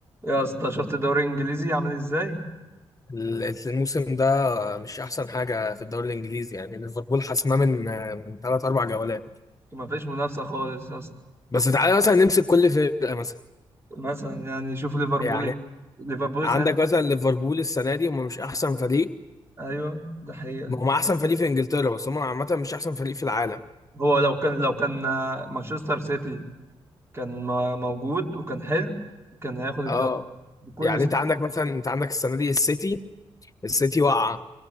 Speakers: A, on the right (about 25°); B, on the left (about 35°).
A: يا اسطى شفت الدوري الانجليزي عامل ازاي
B: ال- الموسم ده مش احسن حاجه في الدوري الانجليزي يعني ليفربول حاسماه من من ثلاث اربع جولات
A: ما فيش منافسه خالص يا اسطى
B: بس تعالى مثلا نمسك كل فرقه مثلا
A: مثلا يعني شوف ليفربول
B: يعني
A: ليفربول
B: عندك
A: سنة
B: مثلا ليفربول السنه دي هم مش احسن فريق
A: ايوه ده حقيقه
B: هم احسن فريق في انجلترا بس هم عامه مش احسن فريق في العالم
A: هو لو كان لو كان آه، مانشستر سيتي كان م- موجود وكان حلو كان هياخد الدوري
B: اه
A: بكل
B: يعني
A: سنة
B: انت عندك مثلا انت عندك السنه دي السيتي السيتي واقعه